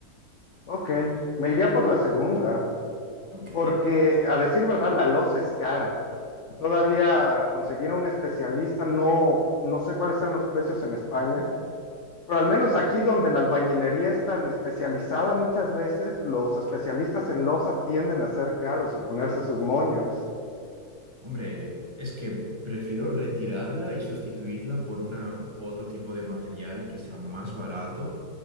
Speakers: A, on the left; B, on the right.
A: Ok, me iría por la segunda,
B: ¿Tú crees?
A: porque a decir verdad, la loza es cara. Todavía conseguir a un especialista, no, no sé cuáles sean los precios en España, pero al menos aquí donde la albañilería es tan especializada muchas veces, los especialistas en loza tienden a ser caros y ponerse sus moños.
B: Hombre, es que prefiero retirarla y sustituirla por una u otro tipo de material que sea más barato